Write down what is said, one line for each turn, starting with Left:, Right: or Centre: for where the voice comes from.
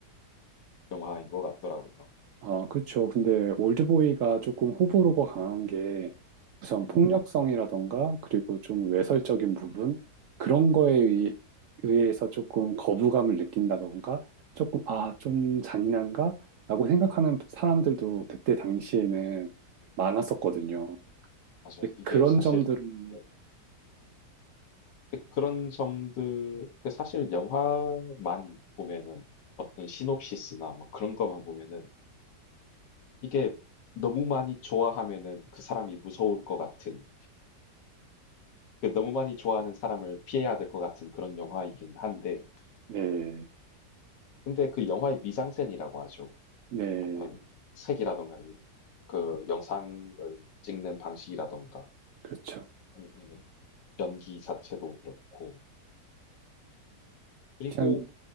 Left: 영화인 것 같더라고요.
Right: 아, 그렇죠. 근데 올드보이가 조금 호불호가 강한 게 우선
Left: 음,
Right: 폭력성이라던가 그리고 좀 외설적인
Left: 음,
Right: 부분 그런 거에
Left: 음,
Right: 의- 의해서 조금 거부감을 느낀다던가 조금 아,
Left: 음,
Right: 좀 잔인한가? 라고 생각하는
Left: 음,
Right: 사람들도
Left: 음,
Right: 그때 당시에는
Left: 음.
Right: 많았었거든요.
Left: 맞아요.
Right: 근데
Left: 이게
Right: 그런
Left: 사실
Right: 점들은
Left: 예, 그런 점들 그 사실 영화만 보면은 어떤 시놉시스나 뭐 그런 것만 보면은 이게 너무 많이 좋아하면은 그 사람이 무서울 것 같은 그 너무 많이 좋아하는 사람을 피해야 될 것 같은 그런 영화이긴 한데
Right: 네,
Left: 근데 그 영화의 미장센이라고 하죠.
Right: 네,
Left: 어떤 색이라던가 이그 영상을 찍는 방식이라던가
Right: 그렇죠.
Left: 아니면은 연기 자체도 그렇고 그리고
Right: 그냥